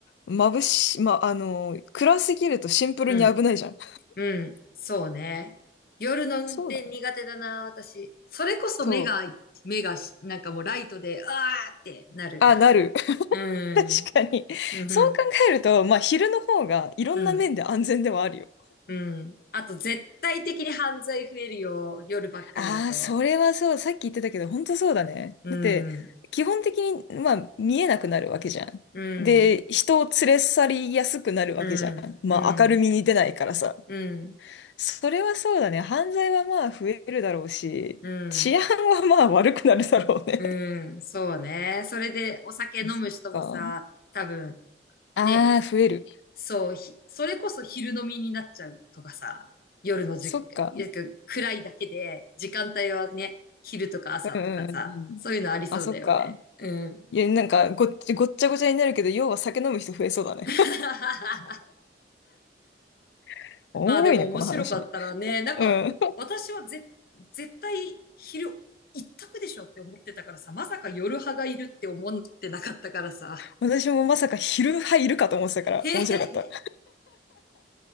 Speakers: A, on the left; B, on the left.
A: 眩し、ま、あの、暗すぎるとシンプルに危ないじゃん。
B: うん、うん、そうね。夜の運転苦手だな、
A: そうだね。
B: 私。それこそ目が、
A: そう。
B: 目がし、なんかもうライトで、あーってなる。
A: あ、なる。<laughs>
B: う
A: 確かに。
B: ん、うん、
A: そう考えると、まあ昼の方がいろんな面で安全ではあるよ。
B: うん、うん。あと絶対的に犯罪増えるよ、夜ばっかりだと。
A: ああ、それはそう。さっき言ってたけど、本当そうだね。
B: うん、
A: だって、基本的に、まあ、見えなくなるわけじゃん。
B: うん、
A: で、人を連れ去りやすくなるわけじゃん。
B: うん、
A: まあ、
B: うん、
A: 明るみに出ないからさ。
B: うん、
A: それはそうだね。犯罪はまあ増えるだろうし、
B: うん、
A: 治安はまあ悪くなるだろうね。
B: うん、そうね。それでお酒飲む人もさ、
A: あそっか。
B: 多分、
A: ああ、
B: ね、
A: 増える。
B: そう、ひそれこそ昼飲みになっちゃうとかさ、夜のじ、
A: そっか。
B: なんか暗いだけで、時間帯はね、昼とか朝とかさ、
A: うんうんうんうん。
B: そういうのありそうだよね。
A: あ、そっか。
B: うん。
A: いや、なんかごっち、ごっちゃごちゃになるけど、要は酒飲む人増えそうだね。
B: <laughs>
A: <laughs> おもろいね、
B: まあでも面白かったらね、
A: この話ね。
B: なんか、
A: うん。いや、
B: 私はぜ、絶対昼一択でしょって思ってたからさ、まさか夜派がいるって思ってなかったからさ。
A: 私もまさか昼派いるかと思ってたから、
B: <laughs> へへへ、
A: 面白かった。